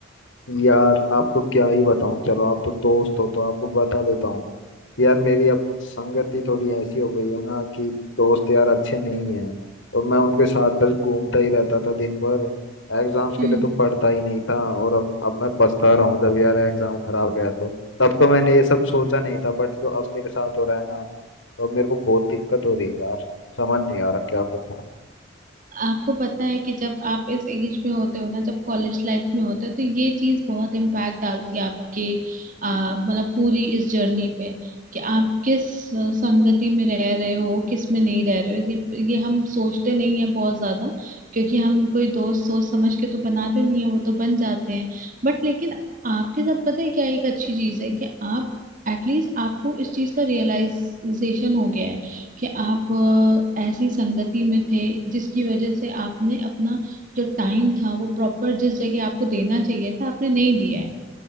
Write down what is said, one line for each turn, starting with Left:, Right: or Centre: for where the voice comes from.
Left: यार आपको क्या ही बताऊं चलो आप तो दोस्त हो तो आपको बता देता हूँ यार मेरी अब संगति थोड़ी ऐसी हो गई है ना कि दोस्त यार अच्छे नहीं हैं और मैं उनके साथ बस घूमता ही रहता था दिन भर एग्जाम्स के
Right: हम्म
Left: लिए तो पढ़ता ही नहीं था और अब अब मैं पछता रहा हूँ जब यार एग्जाम खराब गया तो तब तो मैंने ये सब सोचा नहीं था बट जो अब मेरे साथ हो रहा है ना तो अब मेरे को बहुत दिक्कत हो रही है यार समझ नहीं आ रहा क्या करूं
Right: आपको पता है कि जब आप इस एज में होते हो ना जब कॉलेज लाइफ में होते हो तो ये चीज बहुत इम्पैक्ट डालती है आपके आ, मतलब पूरी इस जर्नी पे कि आप किस अ, संगति में रह रहे हो किस में नहीं रह रहे हो ये ये हम सोचते नहीं है बहुत ज्यादा क्योंकि हम कोई दोस्त सोच समझ के तो बनाते नहीं है वो तो बन जाते हैं बट लेकिन आपके साथ पता है क्या एक अच्छी चीज है कि आप एटलीस्ट आपको इस चीज का रियलाइजेशन हो गया है कि आप अ, ऐसी संगति में थे जिसकी वजह से आपने अपना जो टाइम था वो प्रॉपर जिस जगह आपको देना चाहिए था आपने नहीं दिया है